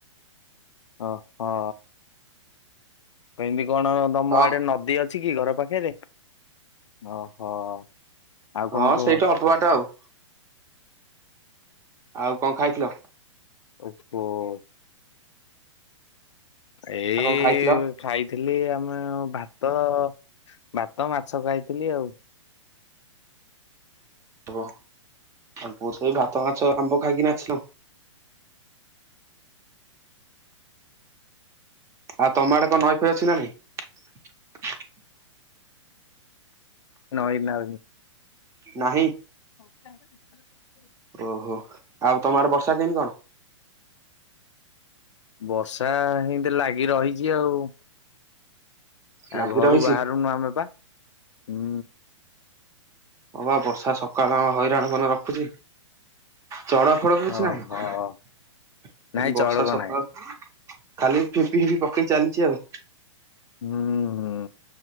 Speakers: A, on the left; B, on the right.
A: ଓ ହଁ। କେମିତି କଣ ତମ
B: ହଁ
A: ଆଡେ ନଦୀ ଅଛି କି ଘର ପାଖରେ ଓହୋ। ଆଉ କଣ
B: ହଁ
A: କୁହ?
B: ସେଇଟା ଅଳ୍ପବାଟ ଆଉ। ଆଉ କଣ ଖାଇଥିଲ?
A: ଓହୋଃ। ଏଇ
B: ଆଉ କଣ ଖାଇଥିଲ?
A: ଖାଇଥିଲି ଆମେ ଭାତ ଭାତ ମାଛ ଖାଇଥିଲି ଆଉ।
B: ଓହ ଆ ବହୁତ ସେଇ ଭାତ ମାଛ ଆମ୍ବ ଖାଇକି ନାଚିଲୁ। ଆଉ ତମ ଆଡେ କଣ ନଈ ଫଇ ଅଛି ନା ନାଇଁ?
A: ନଇ ନା
B: ନାହିଁ।
A: ହଉ <unintelligible>
B: ଓହୋ ଆଉ ତମର ବର୍ଷା କେମିତି କଣ?
A: ବର୍ଷା ହିତି ଲାଗି ରହିଛି ଆଉ।
B: ଲାଗି
A: ଆଉ ଘରୁ
B: ରହିଛି?
A: ବାହାରୁନୁ ଆମେ ବା ହୁଁ।
B: ହବା ବର୍ଷା ସକାଳ ହଇରାଣ ମନ ରଖୁଛି ଚଳ ଫଳ କିଛି
A: ଓହୋ।
B: ନାହିଁ
A: ନାଇଁ
B: ବର୍ଷା
A: ଚଳକ
B: ସକା
A: ନାହିଁ
B: ଖାଲି ଫିପି ଫିପି ପକେଇ ଚାଲିଛି ଆଉ।
A: ହୁଁ ଉ